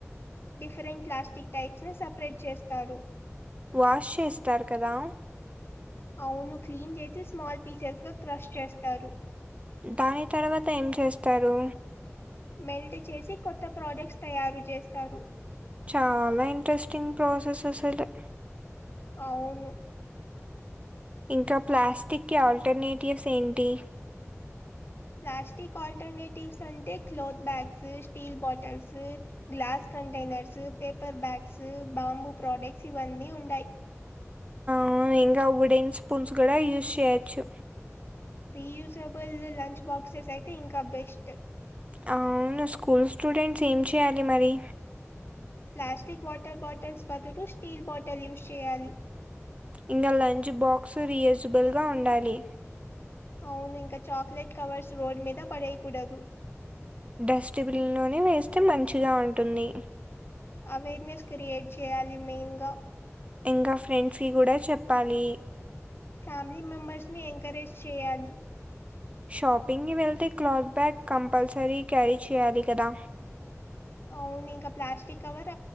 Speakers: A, on the left; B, on the right.
A: డిఫరెంట్ ప్లాస్టిక్ టైప్స్ ని సపరేట్ చేస్తారు
B: వాష్ చేస్తారు కదా
A: అవును క్లీన్ చేసి స్మాల్ పీసెస్ గా క్రష్ చేస్తారు
B: దాని తర్వాత ఏం చేస్తారు
A: మెల్ట్ చేసి కొత్త ప్రొడక్ట్స్ తయారు చేస్తారు
B: చాలా ఇంట్రెస్టింగ్ ప్రాసెస్ అసలు
A: అవును
B: ఇంకా ప్లాస్టిక్కి ఆల్టర్నేటివ్స్ ఏంటి
A: ప్లాస్టిక్ ఆల్టర్నేటివ్స్ అంటే cloth bags steel bottles glass containers paper bags bamboo products ఇవన్నీ ఉంటాయి
B: ఆ ఇంగా వుడెన్ స్పూన్స్ గూడా యూస్ చేయొచ్చు
A: రీయూజబుల్ లంచ్ బాక్సెస్ అయితే ఇంకా బెస్ట్
B: అవును స్కూల్ స్టూడెంట్స్ ఏం చేయాలి మరి
A: ప్లాస్టిక్ వాటర్ బాటిల్స్ బదులు స్టీల్ బాటిల్ యూస్ చేయాలి
B: ఇంకా లంచ్ బాక్స్ రియూజిబుల్గా ఉండాలి
A: అవును ఇంకా చాక్లెట్ కవర్స్ రోడ్ మీద పడేయకూడదు
B: డస్ట్బిన్లోనే వేస్తే మంచిగా ఉంటుంది
A: అవేర్నెస్ క్రియేట్ చేయాలి మెయిన్ గా
B: ఇంకా ఫ్రెండ్స్కి కూడా చెప్పాలి
A: ఫ్యామిలీ మెంబర్స్ ని ఎంకరేజ్ చేయాలి.
B: షాపింగి వెళ్తే క్లాత్ బ్యాగ్ కంపల్సరీ క్యారీ చేయాలి కదా.
A: అవును ఇంకా ప్లాస్టిక్ కవర